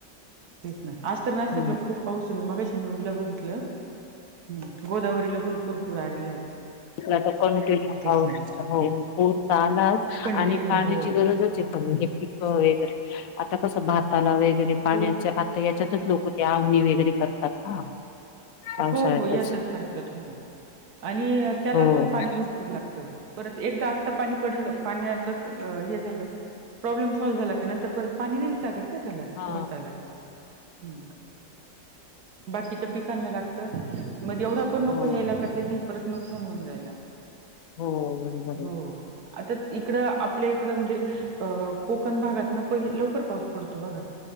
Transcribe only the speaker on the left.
हम्म.
आता कंटिन्यू
पाऊस
हो पूर तर आलाच,
आणि पाण्याची
गरजच आहे वगैरे आता कसं भाताला वगैरे पाण्याच्या
आ त याच्यातच लोक ते आवनी वगैरे करतात ना. पावसाळ्यातच
हो
हा
हो
हो बरोबर आहे